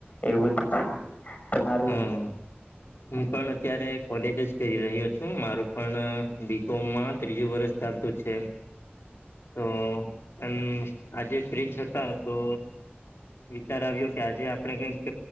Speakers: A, on the left; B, on the left.
A: એવું બધું છે તમારું.
B: હમ હું પણ અત્યારે કોલેજ જ કરી રહ્યો છું મારું પણ બી કોમમાં ત્રીજું વર્ષ ચાલતું છે તો એમ આજે ફ્રીજ હતા. તો વિચાર આવ્યો કે આજે આપડે કઈક